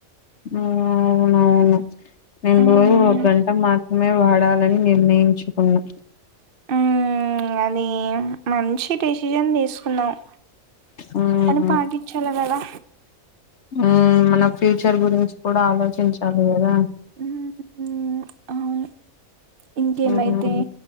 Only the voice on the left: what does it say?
అవునవుఅవును నేను
రోజు ఒక గంట మాత్రమే వాడాలి అని నిర్ణయించుకున్నా
మ్మ్
ఆ మన ఫ్యూచర్ గురించి కూడా ఆలోచించాలి కదా
ఉమ్